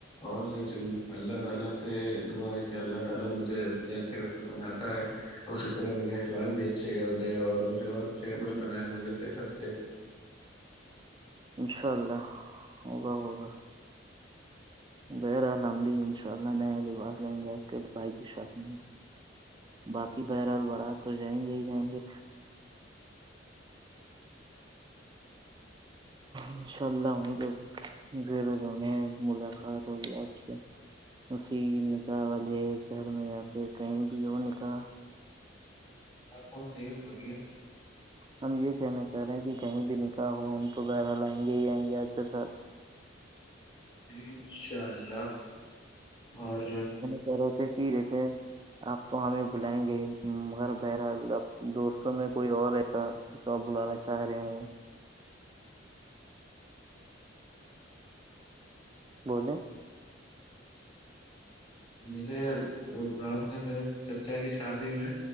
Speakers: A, on the left; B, on the right.
A: اور جو چوں
B: جی
A: اللہ تعالی سے دعا کہ اللہ تعالی مجھے انے اچھے حقت میں آتا ہے اسی طرح میرے اخلاق بھی اچھے کرتے اور مجھے اور اچھے کپڑے
B: جی
A: پہنائے مجھے صحت دے
B: انشاء اللہ ہوگا ہوگا بہرحال ہمم بھی ان شاء اللہ نیا لباس لیں گے آپ کے بھائی کے ساتھ میں باقی بہرحال برات تو جائیں گے ہی جائیں گے انشاء اللہام عیکم گیر جمیں ملاقات ہوگی آپ سے اسی نکاح والے گھر میں یا پھر کہیں بھی ہو نکاح
A: آپ تھوڑا تیز بولیے
B: ہم یہ کہنا چاہ رہے ہیں کہ کہیں بھی نکح ہو ہم تو برحل آئیں گے ہی آئیں گے آپ کے ساتھ
A: جی انشاء اللہ اور
B: کہہ رہے تھے کہ جیسے آپ کو ہمیں بلائیں گے مگر بہرحال اب دوستوں میں کوئی اور ایسا اس کو بلانا چاہ رہی ہوں بولیں
A: مجھے رات نے میرے چچا کی شادی میں